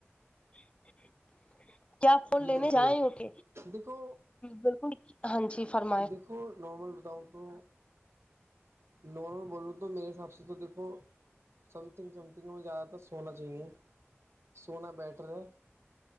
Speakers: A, on the left; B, on the right.
A: <inaudible> کیا فول
B: بالکل
A: لینے جیں
B: صحیح
A: اک
B: دیکھو
A: بالکل ہاں جی فرما
B: دیکھو نارمل بتاؤں تو نارم بولو تو میرے حساب سے تو دیکھو سم تھنگ سم تھنگ ہم زیادہ تر سونا چاہیے سونا بیٹر ہے